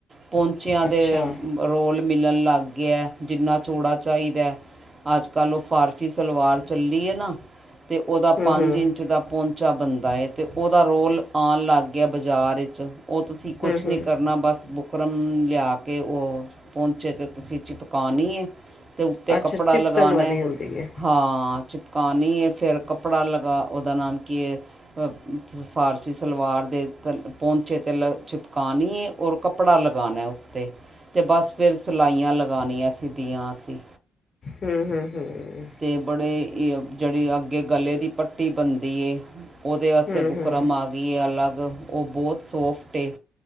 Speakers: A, on the right (about 25°); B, on the left (about 40°).
A: ਪੋਂਚੇਆਂ ਦੇ
B: ਅੱਛਾ
A: ਰੋਲ ਮਿਲਨ ਲੱਗ ਗਏ ਐ, ਜਿੰਨਾ ਚੌੜਾ ਚਾਈਦੈ। ਅੱਜ-ਕੱਲ ਓ ਫਾਰਸੀ ਸਲਵਾਰ ਚੱਲੀ ਏਨਾ, ਤੇ ਓਦਾ
B: ਹੂੰ
A: ਪੰਜ
B: ਹੂੰ
A: ਇੰਚ ਦਾ ਪੋਂਚ ਚਾ ਬਨਦਾ ਏ, ਤੇ ਓਦਾ ਰੋਲ ਆਨ ਲੱਗ ਗਯਾ ਬਾਜਾਰ ਚ, ਓ ਤੁਸੀਂ ਕੁਛ
B: ਹੂੰ
A: ਨੀ
B: ਹੂੰ
A: ਕਰਨਾ ਬਸ, ਬੁਕ ਰਮ ਲਿਆ ਕੇ ਓ ਪੋਂਚੇ ਤੇ ਤੁਸੀਂ ਚਿਪਕਾ ਨੀ ਏ, ਤੇ ਉੱਤੇ
B: ਅੱਛਾ
A: ਕੱਪ ਕੱਪੜਾ
B: ਚਿਪਕਣ
A: ਲਗਾਨੈ
B: ਵਾਲੀ ਹੁੰਦੀ ਹੈ
A: ਹਾਂ, ਚਿ ਕਾਨੀ ਏ ਫਿਰ ਕੱਪੜਾ ਲਗਾ, ਓਦਾ ਨਾਮ ਕੀ ਏ ਅ ਫਾਰਸੀ ਸਲਵਾਰ ਦੇ ਥੱਲੇ ਪੋਂਚੇ ਤੇ ਲ ਚਿਪਕਾਨੀ ਏ ਔਰ ਕੱਪੜਾ ਲਗਾਨੈ ਉੱਤੇ ਤੇ ਬਸ ਫਿਰ ਸਿਲਾਈਆਂ ਲਗਾਨੀਐ ਸਿਦੀਆਂ ਅਸੀ
B: ਹੂੰ, ਹੂੰ, ਹੂੰ
A: ਤੇ ਬੜੇ ਈ ਜੇੜੀ ਅੱਗੇ ਗਲੇ ਦੀ ਪੱਟੀ ਬਨਦੀ ਏ ਓਦੇ ਆਸਤੇ
B: ਹੂੰ
A: ਬੁਕਰਮ
B: ਹੂੰ
A: ਆ ਗਿਏ ਅਲੱਗ, ਓ ਬੋਤ ਸੋਫਟ ਏ।